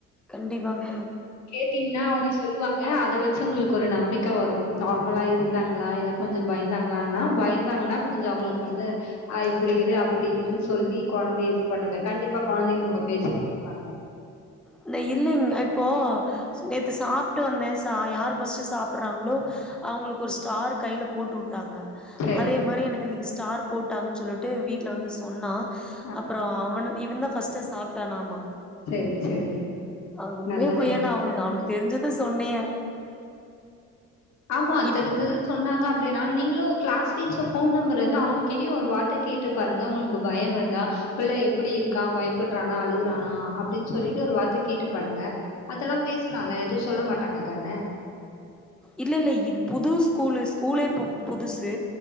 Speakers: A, in the centre; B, on the left.
A: கண்டிப்பாங்க
B: கேட்டீங்ன்னா அவங்க சொல் வாங்க அத வச்சு உங்களுக் ஒரு நம்பிக்க வரு நார்மலா இருந்தாங்களா இல்ல கொஞ்சோ பயந்தாங்களானா பயந்தாங்கன்னா கொஞ்சோ அவங்களுக் வந்து ஆ இப்படி இரு அப்படி இருன் சொல்லி கொழந்தைய இது பண்ணுங்க கண்டிப்பா கொழந்தைங்க உங்க பேச்ச கேப்பாங்க
A: இல்ல இல்லைங்க இப்போ நேத்து சாப்ட்டு வந்தே சா யார் ஃபஸ்ட்டு வந்து சாப்பிட்றாங்களோ அவங்களுக் ஒரு ஸ்டார் கையில போட்டு வுட்டாங்க
B: சரி.
A: அதே மாரி எனக் இன்னைக்கு ஸ்டார் போட்டாங்கன் சொல்லிட்டு வீட்ல வந்து சொன்னா
B: ஆ
A: அப்புறோ அவனு இவன் தா ஃபர்ஸ்டே சாப்டானாமா
B: சரி சரி
A: அது உண்மையோ
B: நல்லது
A: பொய்யானு அவனுக் அவனுக்கு தெரிஞ்சத சொன்னே
B: ஆமா
A: இப்
B: தெரிஞ்சது சொன்னாங்க அப்டின்னா நீங்களு கிளாஸ் டீச்சர் போன் நம்பர் இருந்தா அவங்ககிட்டயு ஒரு வார்த்த கேட்டு பாருங்க உங்களுக் கு பயம் இருந்தா பிள்ள எப்படி இருக்கா பயப்புடுறானா அழுவுறானா அப்படின் சொல்லிட்டு ஒரு வார்த்த கேட்டு பாருங்க அதெல்லா பேசலால்ல எதுவு சொல்ல மாட்டாங்க தான
A: இல்ல இல்ல இது புது ஸ்கூலு ஸ்கூலே இப்ப புதுசு